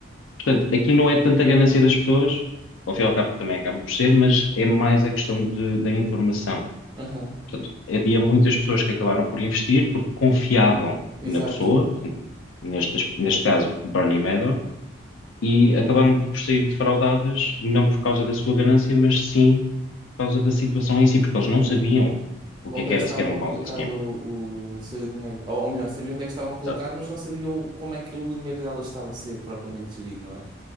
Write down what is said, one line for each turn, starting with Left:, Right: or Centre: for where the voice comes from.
Left: portanto, aqui não é tanta ganância das pessoas, ao fim e ao cabo também acaba por ser, mas é mais a questão de- da informação.
Right: Aham,
Left: Portanto, havia muitas pessoas que acabaram por investir porque confiavam
Right: exato.
Left: na pessoa, portanto, nestas- neste caso Bernie Madoff, e acabaram por sair defraudadas, não por causa da sua ganância, mas sim por causa da situação em si, porque eles não sabiam o
Right: Onde
Left: que é que
Right: é
Left: era
Right: que estavam
Left: sequer um
Right: a
Left: Ponzi
Right: colocar
Left: scheme.
Right: o, o seu dinheiro? Ou, ou melhor, sabia onde é que estavam a colocar,
Left: Exato.
Right: mas não sabia o- como é que o dinheiro dela estava a ser propriamente gerido, não é?